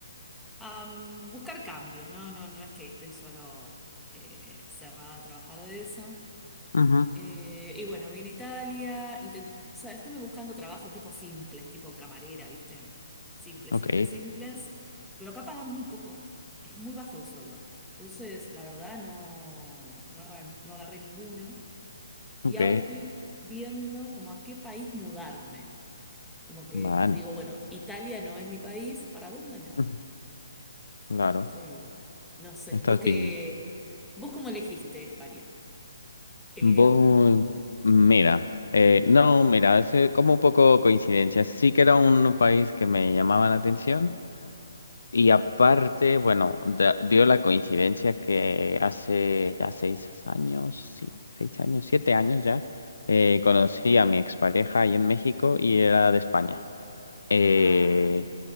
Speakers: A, in the centre; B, on the left.
A: a mm, buscar cambios, ¿no? No, no es que estoy solo eh, cerrada a trabajar de eso.
B: Ujú,
A: Eh, y bueno, vine a Italia, inten- o sea, estuve buscando trabajo tipo simples, tipo camarera, ¿viste? Simples,
B: Ok,
A: simples, simples, pero acá pagan muy poco, es muy bajo el sueldo. Entonces, la verdad, no, no, arran- no agarré ninguno.
B: ok,
A: Y ahora estoy viendo como a qué país mudarme. Como que
B: vale,
A: mm, digo, bueno, Italia no es mi país, ¿para dónde me voy?
B: ujú, claro,
A: Y estoy, no sé,
B: estás
A: vos qué,
B: viendo.
A: vos cómo elegiste España, el
B: Voy,
A: idioma.
B: mira, eh, no, mira, es eh, como un poco coincidencia. Sí que era un país que me llamaba la atención. Y aparte, bueno, da- dio la coincidencia que hace ya seis años, sí, seis años, siete años ya, eh, conocí a mi expareja ahí en México
A: Ujú.
B: y era de España. Eh,
A: Ah.